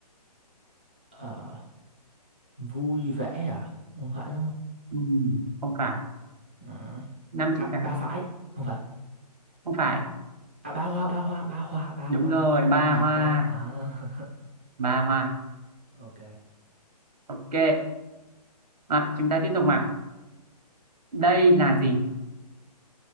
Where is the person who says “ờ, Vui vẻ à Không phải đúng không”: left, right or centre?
Right